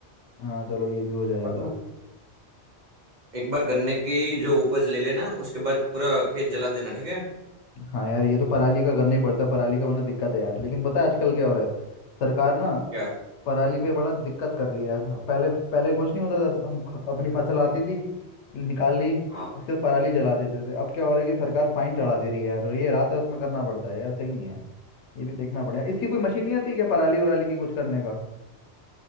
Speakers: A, on the left; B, on the right.
A: हाँ चलो ये भी हो जाएगा
B: और तू एक बार गन्ने की जो उपज ले लेना उसके बाद पूरा खेत जला देना ठीक है
A: हाँ यार ये तो पराली का करना ही पड़ता है पराली का वरना दिक्कत है यार लेकिन पता है आजकल क्या हो रहा है सरकार ना
B: क्या
A: पराली पे बड़ा दिक्कत कर रही है यार पहले पहले कुछ नहीं होता था हम ख- अपनी फसल आती थी निकाल ली
B: हाँ
A: उसके बाद पराली जला देते थे अब क्या हो रहा है कि सरकार फाइन चढ़ा दे रही है यार और ये रात रात में करना पड़ता है यार सही नहीं है ये भी देखना पड़ेगा इसकी कोई मशीन नहीं आती क्या पराली उराली की कुछ करने का